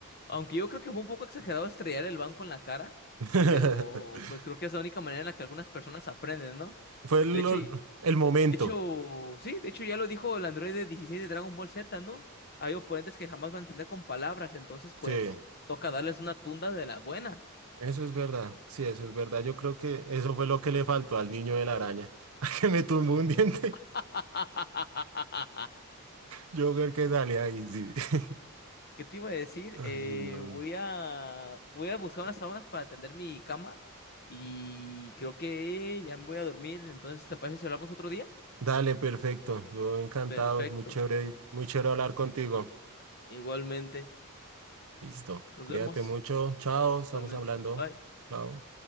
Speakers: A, on the left (about 45°); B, on the right (about 70°).
A: aunque yo creo que fue un poco exagerado estrellar el banco en la cara,
B: <laughs>
A: pero pues creo que es la única manera en la que algunas personas aprenden, ¿no?
B: Fue lo-
A: De hecho, y-
B: el momento.
A: de hecho, sí, de hecho ya lo dijo el androide 16 de Dragon Ball Z, ¿no? Hay oponentes que jamás van a entender con palabras, entonces pues
B: Sí.
A: toca darles una tunda de la buena.
B: Eso es verdad, sí, eso es verdad. Yo creo que eso fue lo que le faltó al niño de la araña, <laughs> que me tumbó un diente.
A: <laughs>
B: Yo creo que sale ahí, sí. <laughs>
A: ¿Qué te iba a decir?
B: Ay,
A: Eh,
B: no.
A: voy a, voy a buscar unas sábanas para atender mi cama y creo que ya me voy a dormir. Entonces, ¿te parece si hablamos otro día?
B: Dale, perfecto. Yo encantado,
A: Perfecto.
B: es muy chévere, muy chévere hablar contigo.
A: Igualmente.
B: Listo.
A: Nos
B: Cuídate
A: vemos.
B: mucho. Chao, estamos
A: Igualmente.
B: hablando.
A: Bye.
B: Chao.